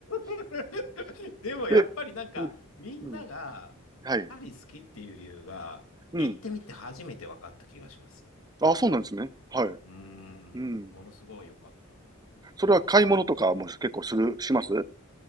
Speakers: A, on the left; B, on the right.
A: <laughs> でもやっぱりなんかみんながパリ好きっていう理由が行ってみて初めて分かった気がします。
B: で、うん。うん。はい。うん。あ、そうなんですね。はい。
A: うーん、
B: うん。
A: ものすごい良かった。うん。
B: それは買い物とかも結構するします